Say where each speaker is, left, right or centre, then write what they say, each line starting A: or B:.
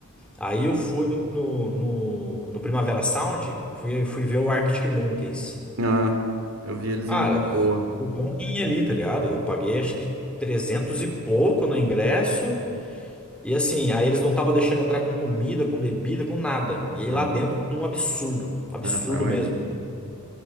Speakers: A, in the centre; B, on the right (about 65°).
A: Aí eu fui no, no, no Primavera Sound, fui, fui ver o Arctic Monkeys.
B: Ah, eu vi eles
A: Cara,
B: em Lisboa.
A: ficou um rim ali, tá ligado? Eu paguei acho que 300 e pouco no ingresso. E assim, aí eles não estavam deixando entrar com comida, com bebida, com nada. E aí
B: né?
A: lá dentro tudo um absurdo. Um absurdo
B: Ah, só imagino.
A: mesmo.